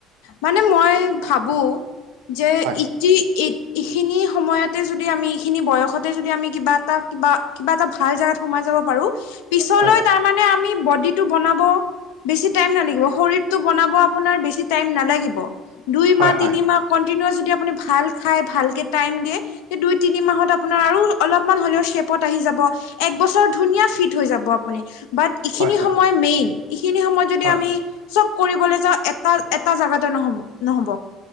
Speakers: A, on the left; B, on the right.
A: মানে মই ভাবো যে,
B: হয়
A: ইতি এইখিনি সময়ত যদি আমি এইখিনি বয়সতে যদি আমি কিবা এটা কিবা, কিবা এটা ভাল জাগাত সোমাই যাব পাৰো- পিছলৈ
B: হয়
A: তাৰমানে মানে আমি বডীটো বনাব বেছি টাইম নালাগিব, শৰীৰটো বনাব আপোনাৰ বেছি টাইম নালাগিব। দুইমাহ-তিনিমাহ
B: হয় হয়
A: কণ্টিনিওৱাছ যদি আপুনি ভাল খাই, ভালকে টাইম দিয়ে এই দুই-তিনি মাহত আপোনাৰ আৰু অলপমান হ'লেও চেপত আহি যাব। একবছত ধুনীয়া ফিট হৈ যাব আপুনি। বাত ইখিনি
B: হয় হয়
A: সময় মেইন, ইখিনি সময়ত যদি
B: হয়
A: আমি চব কৰিবলৈ যাওঁ এটা এটা জাগাতো নহ'ব, নহ'ব।